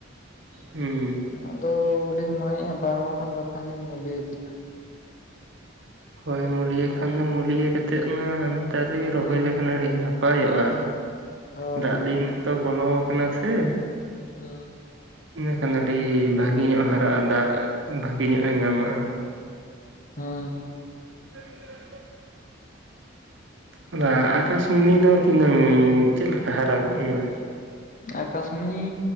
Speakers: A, on the right; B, on the left.
A: ᱦᱩᱸ
B: ᱟᱫᱚᱞᱤᱧ ᱢᱚᱱᱮᱭᱮᱫᱼᱟ ᱵᱟᱨ ᱦᱚᱲ ᱠᱟᱱ ᱵᱟᱠᱷᱟᱱ ᱞᱤᱧ ᱢᱩᱞᱤᱭᱟᱹ ᱠᱤᱱᱟ
A: ᱦᱳᱭ ᱢᱩᱞᱭᱟᱹ ᱠᱷᱟᱱ ᱫᱚ ᱢᱩᱞᱭᱟᱹ ᱠᱟᱛᱮᱫ ᱱᱟ ᱱᱮᱛᱟᱨ ᱨᱮᱜᱮ ᱨᱚᱦᱚᱭ ᱞᱮᱠᱷᱟᱱ ᱟᱹᱰᱤ ᱱᱟᱯᱟᱭᱚᱜᱼᱟ
B: ᱦᱳᱭ
A: ᱫᱟᱜ
B: ᱦᱳᱭ
A: ᱫᱤᱱ ᱛᱚ ᱵᱚᱞᱚ ᱟᱠᱟᱱᱟ ᱥᱮ
B: ᱦᱩ
A: ᱤᱱᱟᱹᱠᱷᱟᱱ ᱟᱹᱰᱤ ᱵᱷᱟᱜᱮ ᱧᱚᱜ ᱦᱟᱨᱟᱜᱼᱟ ᱫᱟᱜ ᱵᱷᱟᱜᱮ ᱧᱚᱜ ᱮ ᱧᱟᱢᱟᱜ ᱟᱭ
B: ᱦᱮᱸ
A: <unintelligible> ᱚᱱᱟ ᱟᱠᱟᱥᱢᱩᱱᱤ ᱫᱚ ᱛᱤᱱᱟᱹᱝ ᱪᱮᱫᱞᱮᱠᱟ ᱦᱟᱨᱟ ᱜᱚᱫ ᱮᱱᱟ
B: ᱟᱠᱟᱥᱢᱩᱱᱤ